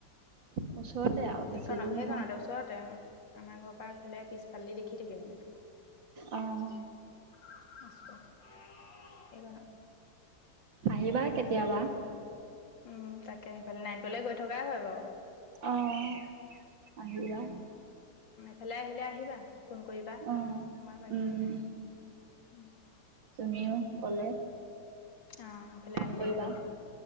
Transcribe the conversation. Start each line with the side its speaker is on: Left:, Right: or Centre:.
Right: ওচৰতে
Left: উম,
Right: আৰু
Left: সেইকণত
Right: বেছি দূৰ নহয়
Left: সেইকণতে ওচৰতে অ আমাৰ ঘৰৰ পৰা এইফালে পিছফালেদি দেখি খি থাকে মানে
Right: অহ
Left: <unintelligible>
Right: আহিবা কেতিয়াবা
Left: উম তাকে সেইফালে নাইনপলে গৈ থকাই হয় বাৰু
Right: অহ আহিবা
Left: ফালে আহিলে আহিবা ফোন কৰিবা সোমাবাহি
Right: অ উম
Left: উম
Right: তুমিও গ'লে
Left: অ এইফালে
Right: ফোন
Left: আহিলে
Right: কৰিবা
Left: মেলিলে